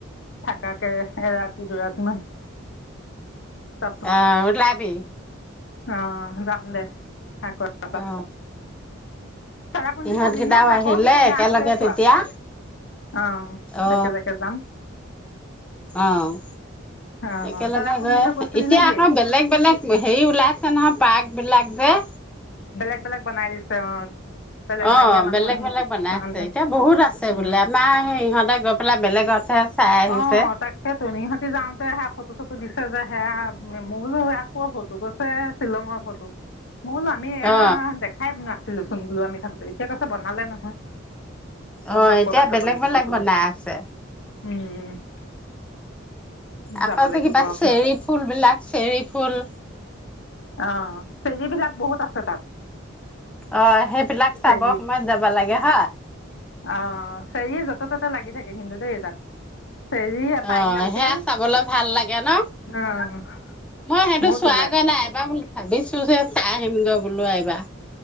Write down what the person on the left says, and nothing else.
থাকাকে এৰাতি দুৰাতি মান। তাৰ
অ' যাম দে আকৌ এবা।
চেৰাপুঞ্জি
চালি
নে
আকৌ নে
আগতে চোৱা।
অ,
একেলগে যাম।
অ
চেৰাপুঞ্জীলৈ
গৈছিলি
নেকি
বেলেগ বেলেগ বনাই দিছে অ বেলেগ
বাহিৰা মানুহ
আহিছে
কাৰণে
উম।
অ তাকেতো। ইহঁতি যাওঁতে হে ফটো ফটো দিছে যে, সেয়া মই বোলো এইয়া ক'ৰ ফটো? কৈছে শ্বিলঙৰ ফটো। মোলো আমি এ
দেখাই ন চোন বলো আমি থাকো এতিয়া কৈছে বনালে নহয় মই
বোলো আকৌ
এবাৰ যাব
লাগিব
বোলো
উম
যাব লাগিব
আকৌ
অ' চেজ বিলাক বহুত আছে তাত
চেৰি
অ' চেৰিয়ে য'তে-ত'তে লাগি থাকে কিন্তু দেই তাত। চেৰি পাইন
আপেল
অ',
বহুত
ওলাই